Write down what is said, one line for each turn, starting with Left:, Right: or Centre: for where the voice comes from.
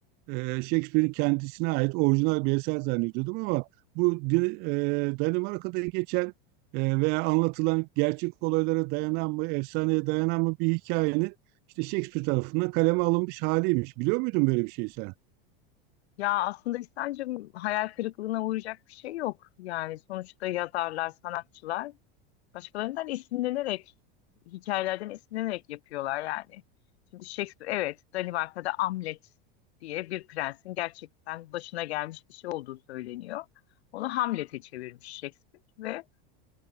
Right: e, Shakespeare'in kendisine ait orijinal bir eser zannediyordum ama bu di- e, Danimarka'da geçen e, veya anlatılan gerçek olaylara dayanan mı, efsaneye dayanan mı bir hikayenin işte Shakespeare tarafından kaleme alınmış haliymiş. Biliyor muydun böyle bir şey sen?
Left: Ya aslında İhsan'cığım hayal kırıklığına uğrayacak bir şey yok. Yani sonuçta yazarlar, sanatçılar başkalarından esinlenerek, hikayelerden esinlenerek yapıyorlar yani. Şimdi Shakespeare, evet Danimarka'da Hamlet diye bir prensin gerçekten başına gelmiş bir şey olduğu söyleniyor. Onu Hamlet'e çevirmiş Shakespeare ve